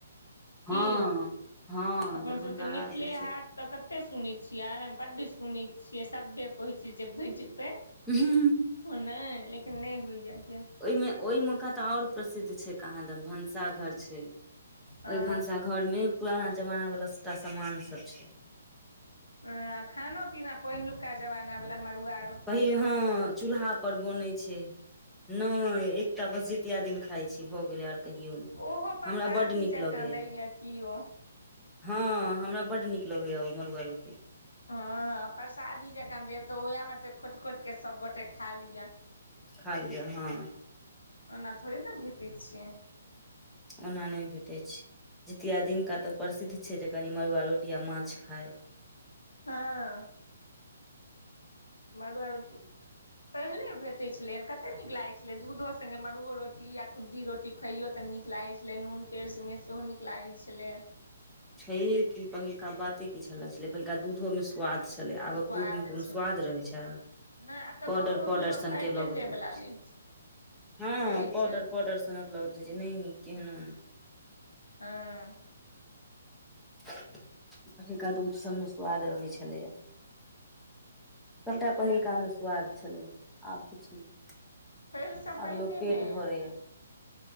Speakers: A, in the centre; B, on the left (about 80°).
A: हँ
B: की
A: हँ
B: अपन
A: दरभंगा
B: सबके मिथिले
A: राज जे
B: हाट तऽ कते सुने छिअ बड्ड सुनै छियै सभे कहै छ जबै जेबै
A: हुँ हुंम
B: ओ नहि लेकिन नहि होइया गे
A: ओहिमे ओहि मौका तऽ और प्रसिद्ध छै कहाँ दन भनसाघर छै ओहि
B: हँ
A: भनसा घर मे पुराना जमाना वालला सबटा सामान सब छै
B: अ खानो पीना पहिलुका जबाना वला मरुआ
A: कही हँ चूल्हा पर बनै छै नहि एकटा बस जितिया दिन खाइ छी भऽ गेलै आर कहियौ नहि
B: ओहो परसादी
A: हमरा बड्ड नीक
B: जकाँ
A: लगैया
B: दैया किओ
A: हँ हमरा बड्ड नीक लगैएा उ मरुआ रोटी
B: हँ हँ परसादी जखन देब तऽ उएहमे से खोँट खोँट कऽ सभगोटे खा लिअ
A: खा लिअ हँ
B: ओना थोड़े ने भेटै छै
A: ओना नहि भेटैत छै जितिया दिनका तऽ प्रसिद्ध छै जे कनि मड़ुआ रोटी आ माछ खाइ
B: हँ मड़ुआ रोटी पहिले भेटैत छलै कते नीक लागैत छलै दूधो सङ् मड़ ओ रोटी या खुद्दी रोटी खइयो तऽ नीक लागै छलै नून तेल सङ्गे सेहो नीक लागै छलै
A: छैे कि पहिलका बाते की छल छलै पहिलका दूधो मे स्वाद छलै आबक
B: स्वाद
A: दूध मे कोनो
B: छलै
A: स्वाद रहैत छै
B: नहि आब तऽ
A: पाउडर
B: गाँवोमे
A: पाउडर
B: लोक
A: सनके
B: पैकेटे
A: लगैत रहै
B: वला
A: छै
B: लै
A: हँ
B: नहि लै
A: पाउडर
B: छै
A: पाउडर सनक लगय छै नय नीक केहनो
B: हँ
A: पहिलका दुध समे स्वाद रहैत छलैया सभटा
B: तऽ
A: पहिलकामे स्वाद छलै आब किछु नहि
B: पहिलका पहिनेमे
A: आब लोक पेट भरैया